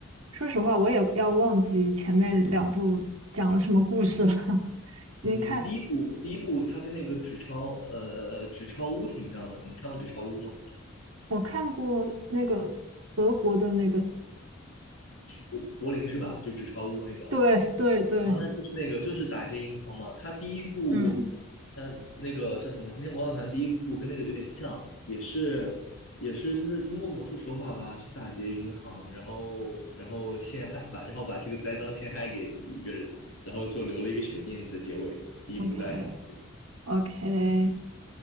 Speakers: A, on the right (about 75°); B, on the left (about 80°).
A: 说实话，我也要忘记前面两部讲了什么故事了。<laughs> 你看，
B: 嗯，第一部第一部它跟那个纸钞呃呃呃纸钞屋挺像的，你看过纸钞屋吗？
A: 我看过那个德国的那个，
B: 柏柏林是吧？就纸钞屋那个。
A: 对对对
B: 哦，那就是那个，就是打劫银行嘛。他第一部，
A: 嗯，
B: 嗯、那个叫什么？今天魔盗团第一部跟那个有点像，也是，也是，就是通过魔术手法吧，去打劫银行，然后，然后陷害，把，然后把这个栽赃陷害给一个人，然后就留了一个悬念在结尾。第一部大概讲的这个。
A: ，OK OK，